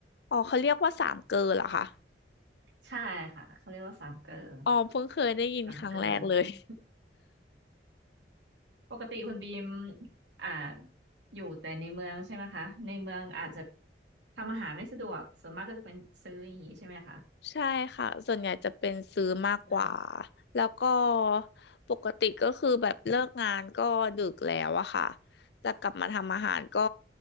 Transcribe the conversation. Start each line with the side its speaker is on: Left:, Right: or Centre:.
Left: อ๋อเขาเรียกว่าสามเกลอเหรอคะ
Right: ใช่ค่ะเขาเรียกว่าสามเกลอ
Left: อ๋อเพิ่งเคยได้ยินครั้งแรกเลย
Right: สามเกลอปกติคุณบีมอ่าอยู่แต่ในเมืองใช่ไหมคะในเมืองอาจจะทำอาหารไม่สะดวกส่วนมากก็จะเป็นซื้ออย่างนี้ใช่ไหมคะ
Left: ใช่ค่ะส่วนใหญ่จะเป็นซื้อมากกว่า
Right: อืม
Left: แล้วก็ปกติก็คือแบบเลิกงานก็ดึกแล้วอะค่ะจะกลับมาทำอาหารก็